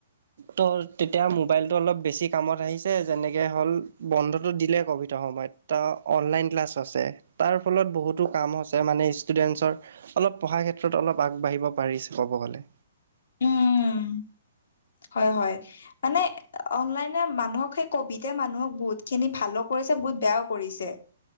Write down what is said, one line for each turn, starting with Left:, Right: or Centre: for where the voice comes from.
Right: ত তেতিয়া ম'বাইলটো অলপ বেছি কামত আহিছে। যেনেকে হ'ল বন্ধটো দিলে ক'ভিডৰ সময়ত। ত' অনলাইন ক্লাছ আছে। তাৰ ফলত বহুতো কামো আছ - ছে মানে ষ্টুডেণ্টছৰ অলপ পঢ়া ক্ষেত্ৰত অলপ আগবাঢ়িব পাৰিছ, ক'ব গ'লে।
Left: উম, হয় হয়। মানে অনলাইনে মানুহক সেই - ক'ভিডতে মানুহক বহুতখিনি ভালো কৰিছে, বহুত বেয়াও কৰিছে।